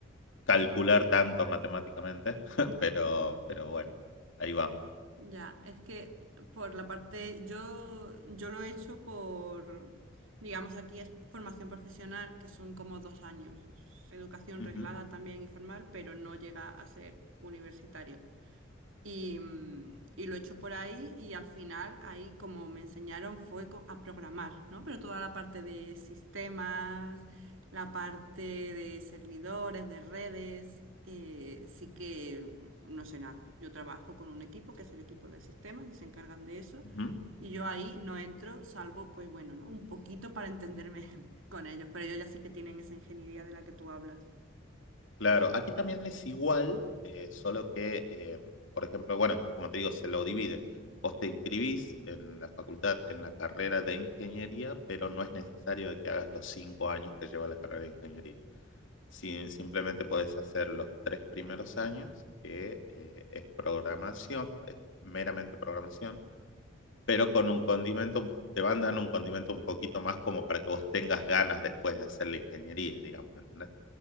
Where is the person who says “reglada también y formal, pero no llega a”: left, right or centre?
Right